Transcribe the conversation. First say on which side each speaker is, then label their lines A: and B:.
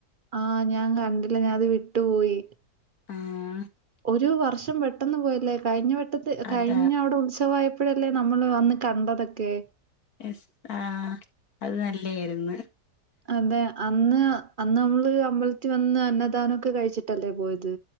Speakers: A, on the right; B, on the left.
A: ആഹ് ഞാൻ കണ്ടില്ല ഞാൻ അത് വിട്ടു പോയി
B: ആഹ്
A: ഒരു വർഷം പെട്ടെന്ന് പോയല്ലേ കഴിഞ്ഞ വെട്ടത്ത് കഴിഞ്ഞ
B: അതാ
A: അവിടെ ഉത്സവായ പ്പഴല്ലേ നമ്മള് വന്ന് കണ്ടതൊക്കെ
B: എസ് ആഹ് അത് നല്ലേയിര്ന്ന്
A: അതെ അന്ന് അന്ന് നമ്മള് അമ്പലത്തിൽ വന്ന് അന്നദാനമൊക്കെ കഴിച്ചിട്ടല്ലേ പോയത്